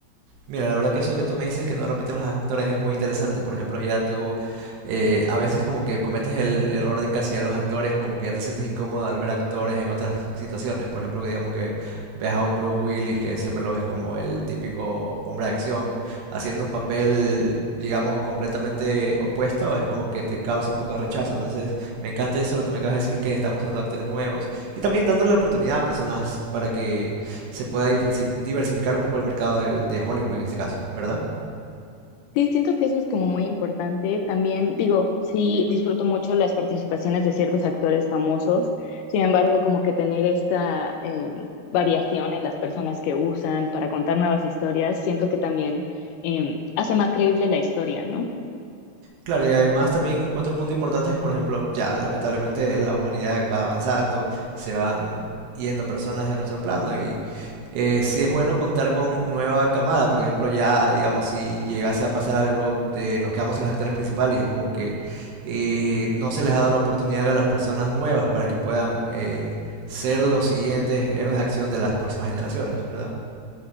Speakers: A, on the right; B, on the left.
A: Mira, la verdad que eso que tú me dices que no repiten los actores es muy interesante. Por ejemplo, ya tú eh, a veces como que cometes el error de encasillar a los actores o como que ya te sientes incómodo al ver actores en otras situaciones. Por ejemplo, que digamos que ves a un Bruce Willis que siempre lo ves como el típico hombre de acción haciendo un papel, digamos, completamente opuesto, es como que te causa un poco de rechazo. Entonces, me encanta eso lo que me acabas de decir que están usando actores nuevos y también dándole la oportunidad a personas para que se pueda diversificar un poco el mercado del- de Hollywood en este caso, ¿verdad?
B: Sí, siento que eso es como muy importante. También digo, sí, disfruto mucho las participaciones de ciertos actores famosos. Sin embargo, como que tener esta eh, variación en las personas que usan para contar nuevas historias, siento que también eh, hace más creíble la historia, ¿no?
A: Claro, y además también otro punto importante es que, por ejemplo, ya lamentablemente la humanidad va avanzando, se van yendo personas de nuestro plano y eh, sí es bueno contar con nueva camada, por ejemplo, ya digamos, si llegase a pasar algo de nos quedamos sin los actores principales, es como que eh, no se les ha dado la oportunidad a las personas nuevas para que puedan eh, ser los siguientes héroes de acción de las próximas generaciones, ¿verdad?